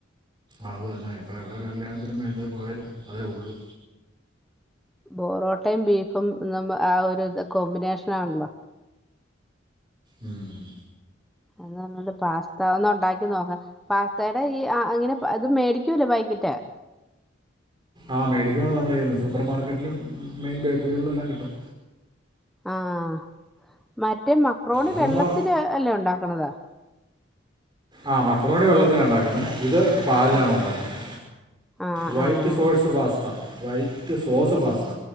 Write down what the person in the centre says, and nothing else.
പൊറോട്ടയും ബീഫും എന്നും ആഹ് ഒരു ഇത് കോമ്പിനേഷനാണല്ലോ.
അത് പറണ്ട് പാസ്ത ഒന്നു ഉണ്ടാക്കി നോക്ക പാസ്തേടെ ഈ അങ്ങനെ അത് മേടിക്കോല്ലോ പാക്കറ്റ്
ആഹ് മറ്റേ മക്രോണി
വെള്ളത്തില് അല്ലേ ഉണ്ടാക്ക്ണത്.
ആഹ്
ആഹ്
ആഹ്